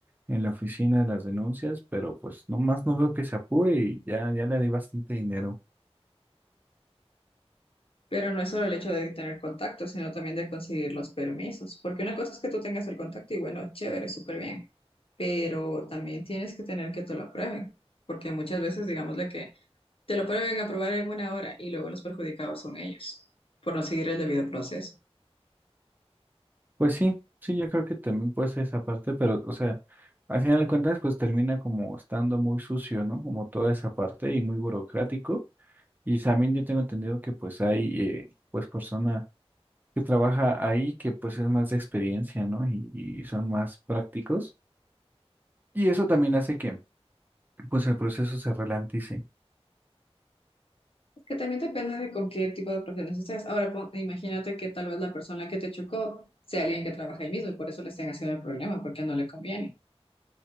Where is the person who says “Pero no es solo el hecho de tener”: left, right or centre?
Left